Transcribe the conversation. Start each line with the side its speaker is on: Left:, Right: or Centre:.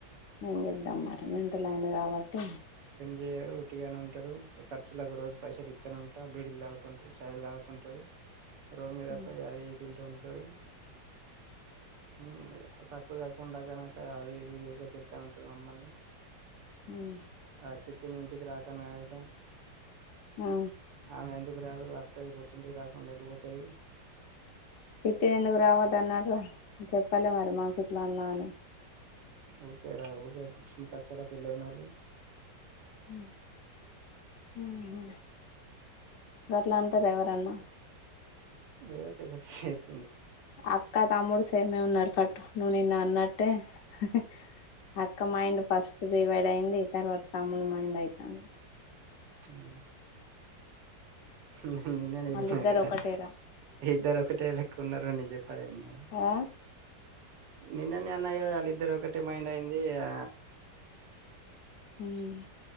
Left: ఏంచేద్దాం మరి మెంటలయిండు కాబట్టి
Right: చేయడు ఒట్టిగనే ఉంటాడు ఖర్చులకు రోజు పైసలిత్తనే ఉంటా బీడిలు తాగుతుంటడు చాయ్లు తాగుతుంటడు రోడ్ మీద
Left: ఉమ్
Right: పోయి అది ఇది తింటూ ఉంటడు ఉమ్ స సప్పుడు కాకుండ కనట అది ఇది తిడ్తా ఉంటడు మమ్మల్ని
Left: ఉమ్
Right: ఆ చిట్టిని ఇంటికి రాకన్నాడంట
Left: ఆ
Right: ఆమె ఎందుకు రాదు వత్తది పుట్టింటికి రాకుండా ఎటుపోతది
Left: చిట్టే ఎందుకు రావద్దన్నరు చెప్పలే మరి మాకిట్లా అన్నా అని
Right: ఓకే రా కొత్తగా పెళ్లైనోళ్ళు
Left: ఉమ్ ఉమ్ ఉమ్ గట్లాంటరా ఎవరన్నా
Right: ఏదో పిషప్ షేప్ <inaudible>
Left: అక్క తమ్ముడు సేమే ఉన్నరు పట్టు నువ్వు నిన్న అన్నట్టే హి హ్ అక్క మైండ్ ఫస్ట్ డివైడయింది తర్వాత తమ్ముడు మైండ్ అయితాంది.
Right: ఉమ్ నేన్ నిన్ననే
Left: వాళ్ళిద్దరు
Right: చెప్పినా గదా
Left: ఒకటేరా
Right: ఇద్దరు ఒకటే లెక్కున్నరు అని జేప్పరేమో
Left: ఆ
Right: నిన్ననే అన్న గదా వాళ్ళిద్దరు ఒకటే మైండ్ అయింది ఆ
Left: ఉమ్మ్